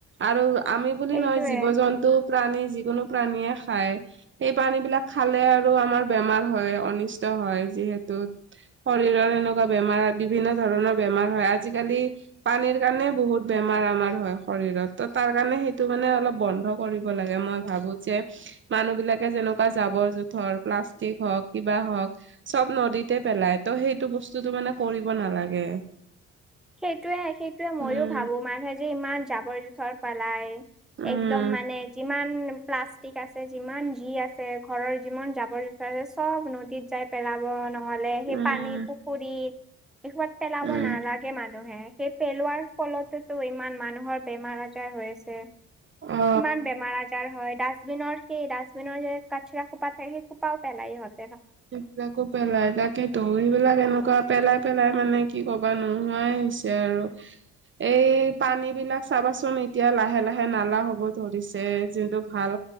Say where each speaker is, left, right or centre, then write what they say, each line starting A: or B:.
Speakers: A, on the right; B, in the centre.
A: আৰু। আমি বুলি
B: সেইটোয়ে
A: নহয় জীৱ জন্তু প্ৰাণী যিকোনো। প্ৰাণীয়ে খায় সেই পানী বিলাক খালে আৰু আমাৰ বেমাৰ হয় অনিষ্ট হয়। যিহেতু শৰীৰৰ এনেকুৱা বেমাৰ বিভিন্ন ধৰণৰ বেমাৰ হয় আজিকালি পানী। <unintelligible> কাৰণে বহুত বেমাৰ আমাৰ হয় শৰীৰত টো তাৰ কাৰণে সেইটো মানে অলপ বন্ধ কৰিব লাগে মই ভা ভাবোঁ যে মানুহ বিলাকে যেনেকুৱা জাবৰ-জোথৰ প্লাষ্টিক হওঁক কিবা হওঁক। চব নদীতে পেলাই টো' সেইটো বস্তুটো মানে কৰিব নালাগে।
B: সেইটোৱে সেইটোৱে মইও
A: উম
B: ভাবোঁ মানুহে যে ইমান জাবৰ-জোথৰ পেলায়।
A: উম
B: একদম মানে যিমান। উম প্লাষ্টিক আছে যিমান যি আছে ঘৰৰ যিমান জাৱৰ-জোথৰ আছে চব নদীত যাই পেল <unintelligible> নহ'লে সেই
A: উম
B: পানী পুখুৰীত <unintelligible> পেলাব
A: উম
B: নালাগ <unintelligible> সেই পেলোৱাৰ ফলতেটো ইমান মানুহৰ বেমাৰ আজাৰ হৈ আছে।
A: অ
B: ইমান বেমাৰ আজাৰ হয়। ডাষ্টবিনৰ সেই ডাষ্টবিনৰ যে কাচৰা খোপা থাকে সেই খোপাও পেলাই ইহঁত
A: সেইবিলাকো পেলাই তাকেইতো সেইবিলাক এনেকুৱা। পেলাই পেলাই মানে কি কবা নোহোৱাই হৈছে আৰু। এই পানী বিলাক চাবাচোন এতিয়া লাহে লাহে নালা হ'ব ধৰিছে যোনটো ভাল।